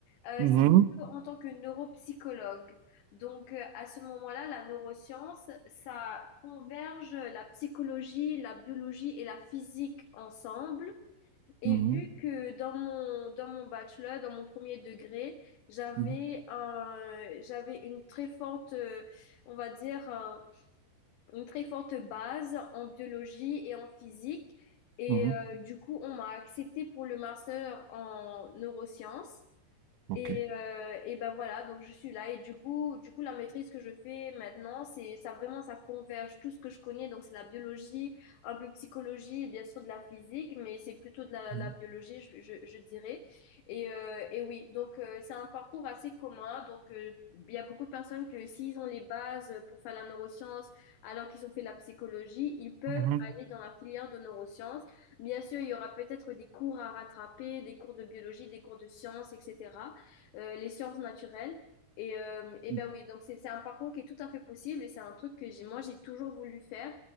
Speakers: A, on the left; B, on the right.
A: Euh,
B: mhm,
A: c'est plutôt en tant que neuropsychologue. Donc, euh, à ce moment-là, la neuroscience, ça converge la psychologie, la biologie et la physique ensemble. Et
B: mhm,
A: vu que dans mon, dans mon bachelor, dans mon premier degré, j'avais
B: mhm,
A: un, j'avais une très forte, euh, on va dire, euh, une très forte base en biologie et en physique. Et
B: mhm.
A: euh, du coup, on m'a acceptée pour le master en neurosciences.
B: Ok.
A: Et, euh, et ben voilà, donc je suis là. Et du coup, du coup, la maîtrise que je fais maintenant, c'est ça vraiment, ça converge tout ce que je connais. Donc c'est la biologie, un peu psychologie et bien sûr de la physique, mais c'est plutôt de la,
B: Mhm,
A: la biologie, je, je, je dirais. Et, euh, et oui, donc euh, c'est un parcours assez commun. Donc euh, il y a beaucoup de personnes que s'ils ont les bases pour faire la neuroscience, alors qu'ils ont fait la psychologie, ils peuvent
B: mhm,
A: aller dans la filière de neurosciences. Bien sûr, il y aura peut-être des cours à rattraper, des cours de biologie, des cours de sciences, etc euh, les sciences naturelles. Et, euh, et
B: mhm.
A: ben oui, donc c'est c'est un parcours qui est tout à fait possible et c'est un truc que j'ai, moi j'ai toujours voulu faire